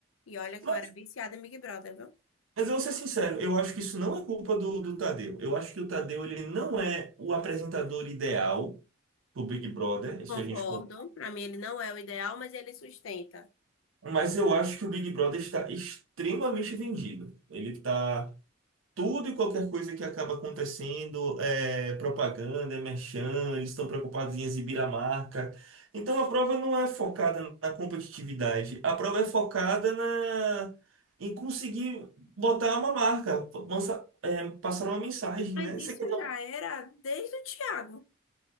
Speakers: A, on the left; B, on the right.
A: E olha que
B: Mas,
A: eu era viciada em Big Brother, viu?
B: mas eu vou ser sincero, eu acho que isso não é culpa do, do Tadeu. Eu acho que o Tadeu ele não é o apresentador ideal do Big Brother, isso
A: Concordo.
B: a gente con-
A: Pra mim ele não é o ideal, mas ele sustenta.
B: Mas eu acho que o Big Brother está extremamente vendido. Ele está Tudo e qualquer coisa que acaba acontecendo é propaganda, é merchan, eles estão preocupados em exibir a marca. Então a prova não é focada na competitividade, a prova é focada na... em conseguir botar uma marca, lança- é, passar uma mensagem,
A: Mas
B: né?
A: isso
B: Você quer
A: já era desde o Thiago.